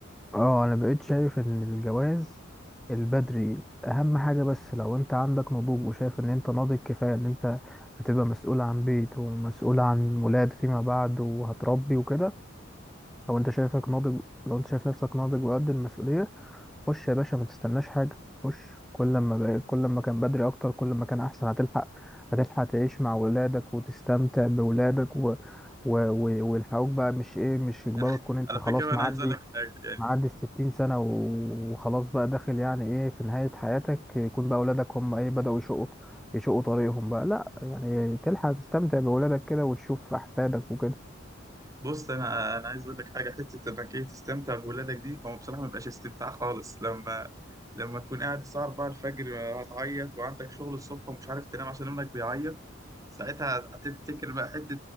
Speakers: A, in the centre; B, on the right.
A: اه أنا بقيت شايف إن الجواز البدري أهم حاجة بس لو أنت عندك نضوج وشايف إن أنت ناضج كفاية إن أنت هتبقى مسؤول عن بيت ومسؤول عن ولاد فيما بعد وهتربي وكده لو انت شايفك ناضج لو انت شايف نفسك ناضج وقد المسؤولية خش يا باشا ما تستناش حاجة خش كل ما بقى كل ما كان بدري اكتر كل ما كان احسن هتلحق هتلحق تعيش مع ولادك وتستمتع بولادك و... و... و... ويلحقوك بقى مش ايه مش يجبروا
B: <laughs> انا
A: تكون انت
B: على
A: خلاص
B: فكره بقى انا
A: معدي
B: عايز اقول لك حاجه يعني
A: معدي الستين سنة و- وخلاص بقى داخل يعني ايه في نهاية حياتك يكون بقى ولادك هم ايه بدأوا يشقوا يشقوا طريقهم بقى لا يعني تلحق تستمتع بولادك كده وتشوف احفادك وكده
B: بص انا انا عايز اقول لك حاجه حته انك ايه تستمتع بولادك دي هو بصراحه ما بيبقاش استمتاع خالص لما لما تكون قاعد الساعه 4 الفجر هتعيط وعندك شغل الصبح ومش عارف تنام عشان ابنك بيعيط ساعتها هتفتكر بقى حته